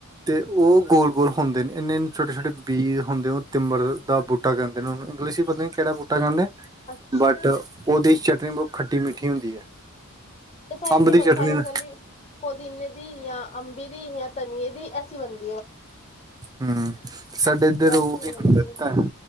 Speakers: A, on the right; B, on the left.
A: ਤੇ ਉਹ ਗੋਲ-ਗੋਲ ਹੁੰਦੇ ਨੇ, ਇੰਨੇ ਇੰਨੇ ਛੋਟੇ-ਛੋਟੇ ਪੀਸ, ਹੁੰਦੇ ਉਹ, ਤਿੰਬਰ ਦਾ ਬੂਟਾ ਕਹਿੰਦੇ ਨੇ ਹੁਣ ਇੰਗਲਿਸ਼ ਨਹੀ ਕਿਹੜਾ ਬੂਟਾ ਕਹਿੰਦੇ
B: ਅੱਛਾ
A: ਬਟ ਉਹਦੀ ਚਟਨੀ ਨਹੀ ਬਹੁਤ ਖੱਟੀ ਮਿੱਠੀ ਹੁੰਦੀ ਹੈ।
B: ਸਾਈਡ
A: ਅੰਬ ਦੀ
B: ਨ ਬਸ
A: ਚਟਨੀ
B: ਗੀ ਪੁਦੀਨੇ ਦੀ ਜਾਂ ਅੰਬੀ ਦੀ ਜਾਂ ਧਨੀਏ ਦੀ, <unintelligible>
A: ਹੂੰ ਸਾਡੇ ਇੱਧਰ
B: ਵੈਸੇ
A: ਉਹ
B: ਨਹੀਂ
A: ਵੀ
B: ਬਣਦੀ
A: ਹੁੰਦਾ ਤਾਂ